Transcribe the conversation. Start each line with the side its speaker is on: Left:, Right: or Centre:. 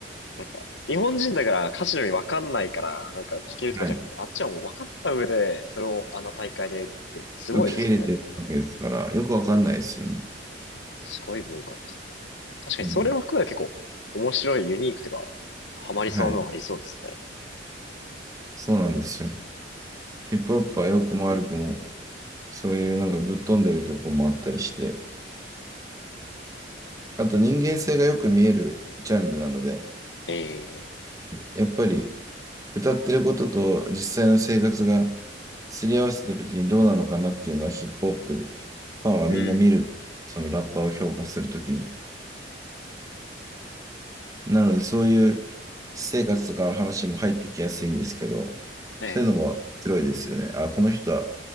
Left: なんか、日本人だから歌詞の意味分かんないから、なんか聞けるとかじゃなくて、
Right: はい。
Left: あっちはもう分かった上で、それをあの大会でっていうのはすごいですね。
Right: 受け入れてるわけですから、よくわかんないですよね。
Left: すごい文化ですね。確かにそれも含めて結構面白い、
Right: うん。
Left: ユニークというか、ハマりそうな部分ありそうですね。
Right: はい。そうなんですよ。
Left: えーいい
Right: ヒップホップは良くも悪くも、そういうなんかぶっ飛んでるとこもあったりして、あと人間性がよく見えるジャンルなので、
Left: ええ
Right: やっぱり歌ってることと実際の生活がすり合わせた時にどうなのかなっていうのはヒップホップファンはみんな見る、
Left: うん。
Right: そのラッパーを評価するときに。なので、そういう私生活とかの話も入ってきやすいんですけど、
Left: ええ、
Right: そういうのも面白いですよね。あ、この人は